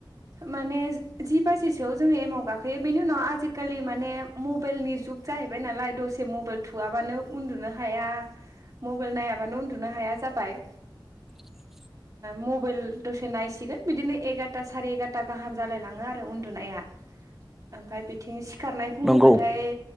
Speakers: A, on the right; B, in the centre.
A: माने जि बाजिसोआव जोङो एमाव गाखोयो बेनि उनाव आजिखालि माने मबाइलनि जुग जाहैबाय नालाय दसे मबाइल थुआबानो उन्दुनो हाया मबाइल नायाबानो उन्दुनो हाया जाबाय।
B: <inaudible>
A: मबाइल दसे नायसिगोन बिदिनो एगारता साराय एगारता गाहाम जालाय लाङो आरो उन्दुनाया।
B: <inaudible>
A: ओमफ्राय बिथिं सिखारनाय बुङोबाथाय
B: नंगौ